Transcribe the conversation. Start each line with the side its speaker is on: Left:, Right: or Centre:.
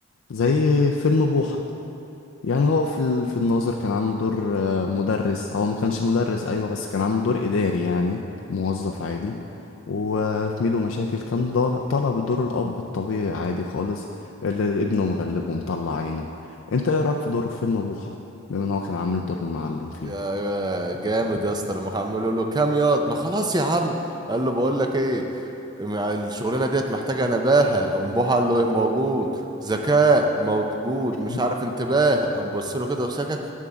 Left: زي فيلم بوحة يعني هو في ال- في الناظر كان عامل دور آه، مدرس هو ما كانش مدرس ايوه بس كان عامل دور اداري يعني موظف عادي وفي ميدو مشاكل كان ضال- طالع بدور الاب الطبيعي عادي خالص اللي ابنه مغلبه ومطلع عينه انت ايه رايك في دوره في فيلم بوحه بما ان هو كان عامل دور المعلم فيه
Right: يا يا جامد يا اسطى لما عملوا له كام ياض ما خلاص يا عم قال له بقول لك ايه مع الشغلانه ديت محتاجه نباهه قام بوح قال له ايه موجود ذكاء موجود
Left: <laughs>
Right: مش عارف انتباه قام بص له كده وسكت